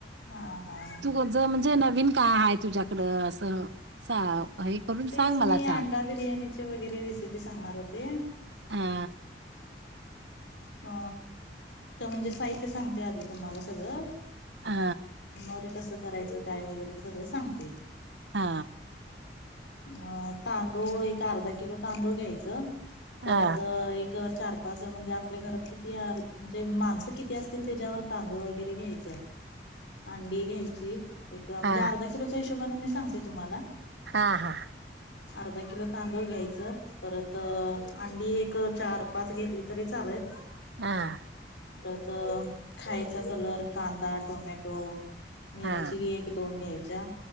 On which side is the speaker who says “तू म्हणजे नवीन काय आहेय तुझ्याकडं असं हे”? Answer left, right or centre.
Right